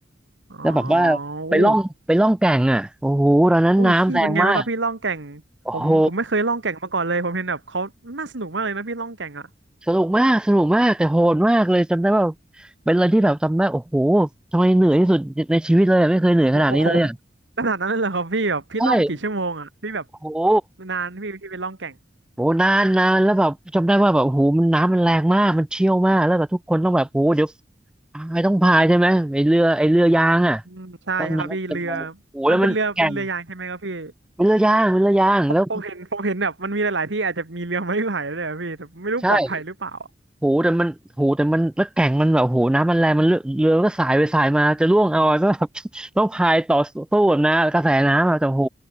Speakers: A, on the right; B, in the centre.
A: อ๋อ
B: แล้วแบบว่าไปล่องไปล่องแก่งอ่ะโอ้โหตอนนั้นน้ำแรงมาก
A: อู้อุ้ยพี่เป็นไงบ้างครับพี่ล่องแก่งผมผมไม่เคยล่องแก่งมาก่อนเลยผมเห็นแบบเขาน่าสนุกมากเลยนะพี่ล่องแก่งอ่ะ
B: โอ้โห สนุกมากสนุกมากแต่โหดมากเลย จำได้ว่าเป็นอะไรที่แบบจำได้โอ้โหทำไมเหนื่อยที่สุดในชีวิตเลยอะไม่เคยเหนื่อยขนาดนี้เลยอ่ะ
A: โอ้โหขนาดนั้นเลยเหรอครับพี่แบบพี่ล่องกี่ชั่วโมงอ่ะพี่แบบ
B: ใช่โอ้โห
A: นานพี่พี่ไปล่องแก่ง
B: โหนานนานแล้วแบบจำได้ว่าแบบโอ้โหมันน้ำมันแรงมากมันเชี่ยวมากแล้วแบบทุกคนต้องแบบโอ้โหเดี๋ยวพายต้องพายใช่ไหมไอเรือไอเรือยางอ่ะ
A: อืมอใช่ครับพี่เรือ
B: ต้องน้ำเป็นโอ้โหแล้วมันแก่ง
A: มันเป็นเรือเป็นเรือยางใช่ไหมครับพี่
B: เป็นเรือยางเป็นเรือยางแล้ว
A: ผมเห็นผมเห็นแบบมันมีหลายๆที่อาจจะมีเรือไม้ไผ่ด้วยอะพี่แต่ไม่รู้ปลอดภัยหรือเปล่าอะ
B: ใช่ โหแต่มันโหแต่มันแล้วแก่งมันแบบโหน้ำมันแรงมันเรือเรือมันก็สายไปสายมาจะร่วงเอาอะก็แบบ <laughs> ต้องพายต่อสู้แบบนะกระแสน้ำอะแต่โห